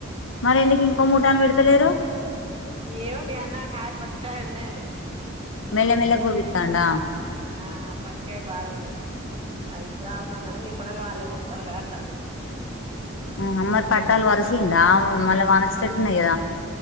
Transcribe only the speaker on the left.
మరి ఎందుకు ఇంకో మూటాను పెడతలేరు
మెల మెల గోవి తడా
ఊ అమ్మరి పట్టాాలు వరుషిండా ఆ మల్ వనచ్చటుంద్యదా